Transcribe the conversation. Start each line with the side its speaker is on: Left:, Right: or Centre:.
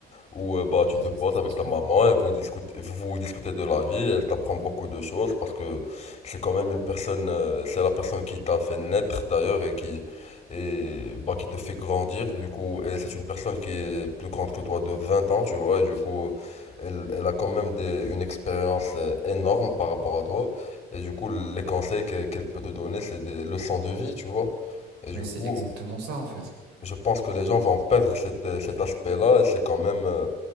Left: où euh, bah, tu
Right: bien
Left: te poses avec
Right: sûr.
Left: ta maman et vous discutez, vous discutez de la vie. Elle t'apprend beaucoup de choses parce que c'est quand même une personne, euh, c'est la personne qui t'a fait naître d'ailleurs et qui, et, bah, qui te fait grandir. Du coup, et c'est une personne qui est plus grande que toi de 20 ans, tu vois. Et du coup, elle, elle a quand même des, une expérience euh, énorme par rapport à toi. Et du coup, les conseils que- qu'elle peut te donner, c'est des leçons de vie, tu vois. Et du
Right: Mais c'est
Left: coup,
Right: exactement ça en fait.
Left: je pense que les gens vont perdre cet, euh, cet aspect-là et c'est quand même. euh,